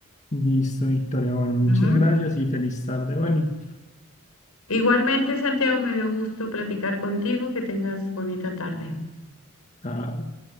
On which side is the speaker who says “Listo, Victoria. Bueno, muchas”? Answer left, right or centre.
Left